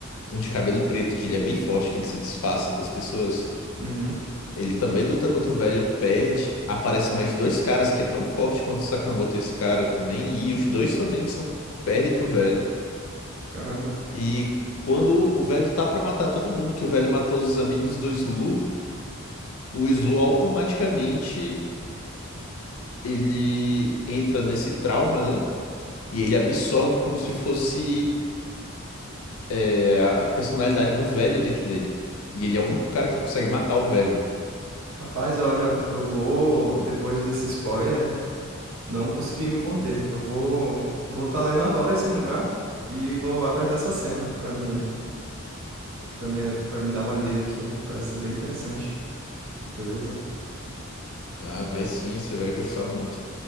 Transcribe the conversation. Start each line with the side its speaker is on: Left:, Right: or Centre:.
Left: um de cabelo preto, que ele é bem forte, que ele se disfarça das pessoas.
Right: Uhum,
Left: Ele também luta contra o velho, perde. Aparece mais dois caras que é tão forte quanto o Sakamoto e esse cara também, e os dois também são perdem pro velho.
Right: caramba.
Left: E quando o velho tá pra matar todo mundo, que o velho matou os amigos do Slu, o Slu automaticamente ele entra nesse trauma, né? E ele absorve como se fosse é, a a personalidade do velho dentro dele. E ele é o único cara que consegue matar o velho.
Right: Rapaz, olha, eu vou, depois desse spoiler, não consegui me conter. Eu vou, vou estar lendo agora esse mangá e vou atrás dessa cena pra mim, para mim, para mim dar uma lida aqui. Parece ser bem interessante. Beleza?
Left: Ah, vai sim, você vai gostar muito.